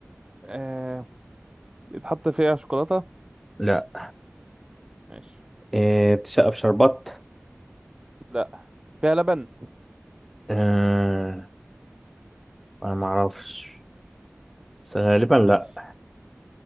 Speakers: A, on the right; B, in the centre.
A: آه... بيتحط فيها شوكولاتة
B: لا
A: ماشي
B: آه بتتشقى في شربات
A: لا فيها لبن
B: آه انا معرفش بس غالبا
A: ماشي
B: لا